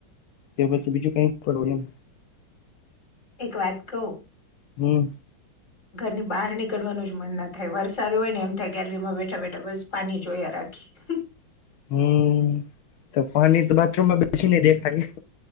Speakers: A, on the left; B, on the left.
A: કે પછી બીજું કઈ ખોલવું એમ.
B: એક વાત કઉ.
A: હમ.
B: ઘર ની બહાર નીકળવાનું જ મન ના થાય વરસાદ હોય ને એમ થાય ગેલરીમાં બેઠા બેઠા બસ પાની જોયા રા. <unintelligible>
A: હમ તો પાણી તો બાથરૂમમાં બેસીને દેખાય.